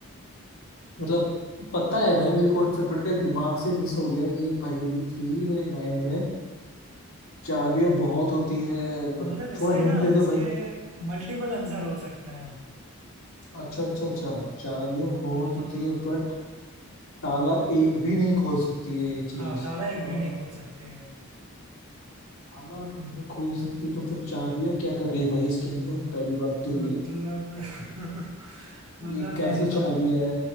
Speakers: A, on the left; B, on the right.
A: मतलब पता है भाई मेरे को आंसर बट क्या दिमाग से मिस हो गया ये पहेली थी मेरे माइंड में चाबियां बहुत होती है बट
B: मतलब इसके
A: थोड़ा हिंट
B: ना
A: दे दो
B: इसके
A: भाई
B: मल्टीपल आंसर हो सकते हैं
A: अच्छा अच्छा अच्छा चाबियां बहुत
B: आ,
A: होती है बट ताला एक भी नहीं खोल सकती है ये चीज
B: हाँ ताला एक
A: अ, ताला
B: भी नहीं खोल सकते हैं
A: नहीं खोल सकती तो फिर चाबियां क्या कर रही है भाई इसके अंदर पहली बात तो
B: मतलब
A: ये
B: <laughs> मतलब
A: ये
B: मैं
A: कैसी
B: बताऊं
A: चाबी है